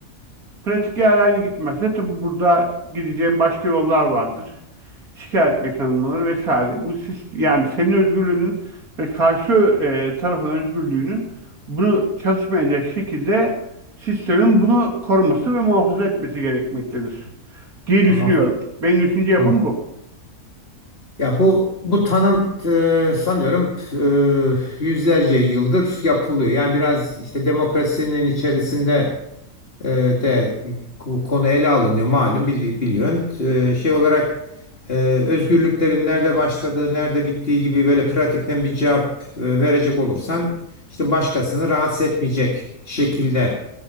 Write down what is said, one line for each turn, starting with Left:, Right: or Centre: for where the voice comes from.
Right: Pratik eğer aynı gitmezse tabii burada gideceğim başka yollar vardır. Şikayet mekanizmaları vesaire. Bu sis- yani senin özgürlüğünün ve karşı e, tarafın özgürlüğünün bunu çalışmayacak şekilde sistemin bunu koruması ve muhafaza etmesi gerekmektedir. diye
Left: Tamam.
Right: düşünüyorum. Benim düşünce
Left: Tamam.
Right: yapım bu.
Left: Ya bu bu tanım e, sanıyorum e, yüzlerce yıldır yapılıyor. Yani biraz işte demokrasinin içerisinde e, de bu konu ele alınıyor malum bili- biliyorsun. E, şey olarak e, özgürlüklerin nerede başladığı, nerede bittiği gibi böyle pratikten bir cevap e, verecek olursan işte başkasını rahatsız etmeyecek şekilde